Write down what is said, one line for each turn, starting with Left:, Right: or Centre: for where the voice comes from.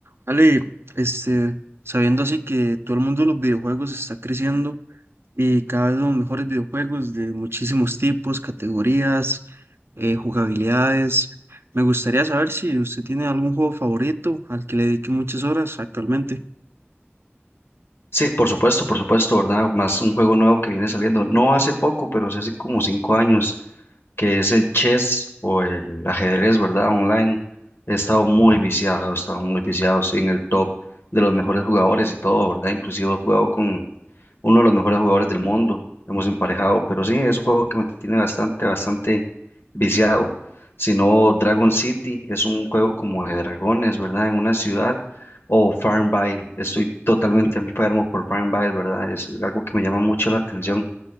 Right: Ale, este, sabiendo así que todo el mundo de los videojuegos está creciendo y cada vez los mejores videojuegos de muchísimos tipos, categorías, eh, jugabilidades, me gustaría saber si usted tiene algún juego favorito al que le dedique muchas horas actualmente.
Left: Sí, por supuesto, por supuesto, ¿verdad? Más un juego nuevo que viene saliendo, no hace poco, pero sí hace como cinco años, que es el chess o el ajedrez, ¿verdad? Online. He estado muy viciado, he estado muy viciado, sí, en el top de los mejores jugadores y todo, ¿verdad? Inclusive he jugado con uno de los mejores jugadores del mundo. Hemos emparejado, pero sí, es un juego que me tiene bastante, bastante viciado. Si no, Dragon City es un juego como de dragones, ¿verdad? En una ciudad. O Farmville. Estoy totalmente enfermo por Farmville, ¿verdad? Es algo que me llama mucho la atención.